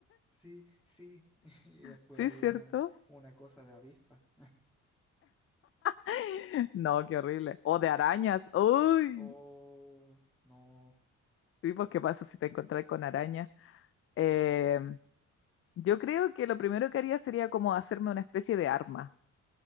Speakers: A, in the centre; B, on the left (about 45°).
A: Sí, sí. <laughs> Y después
B: Sí,
A: hay
B: ¿cierto?
A: una, una cosa de avispa.
B: <laughs> No, qué horrible. O de arañas. Uy,
A: O no,
B: sí, pues qué pasa si te encontrás con arañas. Eh, yo creo que lo primero que haría sería como hacerme una especie de arma,